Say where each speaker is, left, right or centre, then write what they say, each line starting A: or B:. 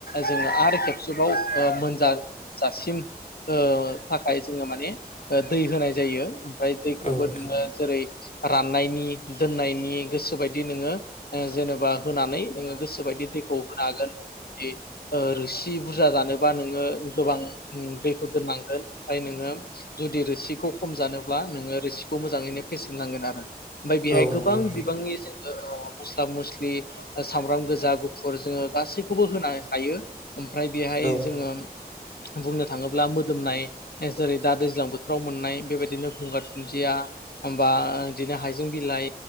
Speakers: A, on the left; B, on the left.
A: जोङो आरो खेबसेबाव मोनजाजासिम ओ थाखाय जोङो माने दै होनाय जायो दैखौबो
B: औ नोंथां
A: नोङो जेरै रां सुनायनि दोननायनि गोसोबायदि नोङो ओ जेनेबा होनानै नोङो गोसो बायदि दैखौ होन हागोन ओ रोसि बुरजा जानोबा नोङो गोबां दैखौ दोननांगोन ओमफ्राय नोङो जुदि रोसिखौ खम जानोब्ला नोङो रोसिखौ मोजाङैनो फेसेन नांगोन आरो ओमफ्राय बेहाय
B: औ
A: गोबां
B: नंगौ नोंथां
A: बिबांनि जोङो मस्ला मस्लि सामब्राम गोजा गुफुर जोङो गासैखौबो होनो हायो। ओमफ्राय बेहाय
B: औ
A: जोङो बुंनो थाङोब्ला मोदोमनाय जेरै दा दैज्लां बोथोराव मोननाय बेबायदिनो गुंगार दुुनदिया होमबा बिदिनो हायजें बिलाइ